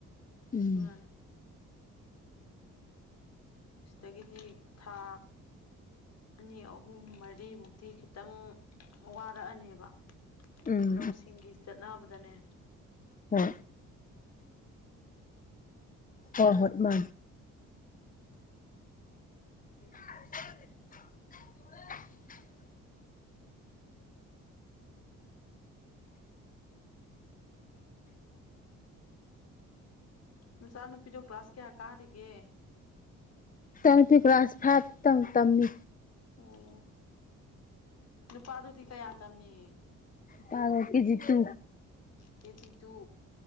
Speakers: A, on the left; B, on the left.
A: ꯎꯝ
B: ꯑꯗꯨꯅꯅꯤ ꯁꯤꯗꯒꯤꯗꯤ ꯊꯥ ꯑꯅꯤ ꯑꯍꯨꯝ ꯃꯔꯤꯃꯨꯛꯇꯤ ꯈꯤꯇꯪ ꯋꯥꯔꯛꯑꯅꯦꯕ
A: ꯎꯝ
B: ꯂꯧꯁꯤꯡꯒꯤ ꯆꯠꯅꯕꯗꯅꯦ
A: ꯍ ꯍ ꯍꯠ ꯃꯥ <inaudible>
B: ꯅꯨꯡꯆꯥ ꯅꯨꯄꯤꯗꯣ ꯀ꯭ꯂꯥꯁ ꯀꯌꯥ ꯀꯥꯔꯤꯒꯦ
A: ꯇꯪꯄꯤꯤ ꯀ꯭ꯂꯥꯁ ꯐꯠꯇꯪ ꯇꯝꯃꯤ
B: ꯑꯣ ꯅꯨꯄꯥꯗꯨꯗꯤ ꯀꯌꯥ ꯇꯝꯃꯤ
A: ꯄꯀꯤꯦꯖꯤꯠꯇꯨ
B: ꯀꯦꯖꯤ ꯇꯨ